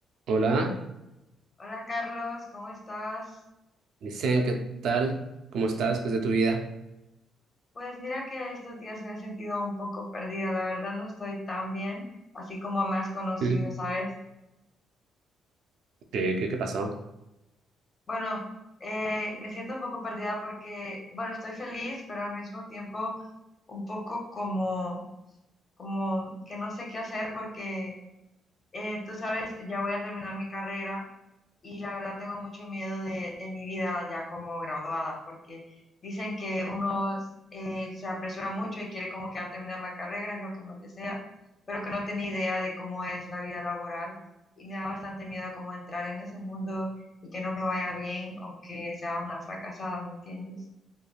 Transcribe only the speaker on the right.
Hola,
dicen, ¿qué tal? ¿Cómo estás? ¿Qué es de tu vida?
¿Mm?
¿Qué, qué, qué pasó?